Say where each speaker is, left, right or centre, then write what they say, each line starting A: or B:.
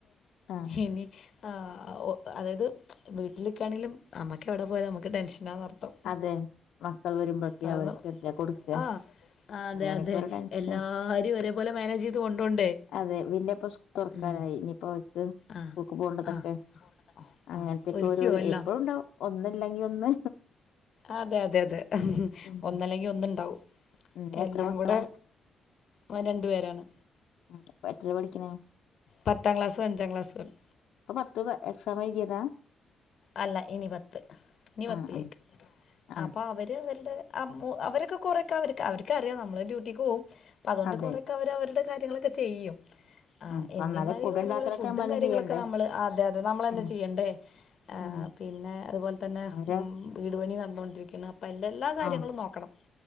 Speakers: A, on the left; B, on the left.
A: ആഹ്
B: ഇനി ആ അതായത് വീട്ടില് നിക്കാണെങ്കിലും അമ്മയ്ക്ക എവിടെ പോയാലും നമുക്ക് ടെൻഷനാ നർത്തം
A: അതെ മക്കൾ വരുമ്പോഴേക്ക്
B: കാരണം
A: അവർക്കല്ലേ കൊടുക്ക
B: ആ ആ അതെ
A: അങ്ങനെയൊക്കെ
B: അതെ
A: ഒരു ടെൻഷൻ
B: എല്ലാരും ഒരേപോലെ മാനേജ് ചെയ്ത് കൊണ്ടോണ്ടേ
A: അതെ വിന്നെപ്പോ സ് - തുറക്കാനായി
B: ഉം
A: ഇനിയിപ്പോ ദ്
B: ആഹ്
A: സ്കൂൾക്ക് പോണ്ടതൊക്കെ
B: ആഹ് ആഹ്
A: അങ്ങനത്തൊക്കെ
B: ആഹ് ഒരുക്കിയോ
A: ഓരോരോ
B: എല്ലാം
A: എപ്പോഴും ഉണ്ടാവും ഒന്നില്ലെങ്കിൽ ഒന്ന്
B: അതെ അതെ അതെ
A: ഉം
B: ഒന്നല്ലെങ്കിൽ ഒന്നുണ്ടാവും
A: ഉം എത്ര
B: എല്ലാം
A: മക്കളാ
B: കൂടെ ഓൻ രണ്ടു പേരാണ്
A: ഉം ഇപ്പം എത്ര പഠിക്കുന്ന്
B: പത്താം ക്ലാസ്സും അഞ്ചാം ക്ലാസ്സും ആണ്
A: ഇപ്പൊ പത്ത് ത്ത് എക്സാമെയ്തിയതാ
B: അല്ല ഇനി പത്ത് ഇനിപത്തിലേക്ക്
A: ആ ആ ആ
B: അപ്പൊ അവര് അവരുടെ അവരൊക്കെ കൊറേക്കെ അവർക്ക് അവർക്കറിയാം നമ്മള് ഡ്യൂട്ടിക്ക് പോവും അപ്പൊ അതുകൊണ്ട്
A: അതെ
B: കൊറെേക്കെ അവര് അവരുടെ കാര്യങ്ങളൊക്കെ ചെയ്യും
A: ഉം അപ്പൊ
B: എന്നിരുന്നാലും
A: എന്നാലും ഫുഡ് ഉണ്ടാക്കലൊക്കെ
B: ഫുഡും
A: നമ്മളന്നെ
B: കാര്യങ്ങളൊക്കെ
A: ചെയ്യണ്ടേ
B: നമ്മള് അതെ അതെ നമ്മളന്നെ
A: ഉം
B: ചെയ്യണ്ടേ ആഹ്
A: ഉം
B: പിന്നെ അതുപോലെ തന്നെ
A: അവര്
B: വീട്പണി നടന്നുകൊണ്ടിരിക്കാണ് അപ്പം അതിന്റെ എല്ലാ കാര്യങ്ങളും
A: ആ
B: നോ ക്കണം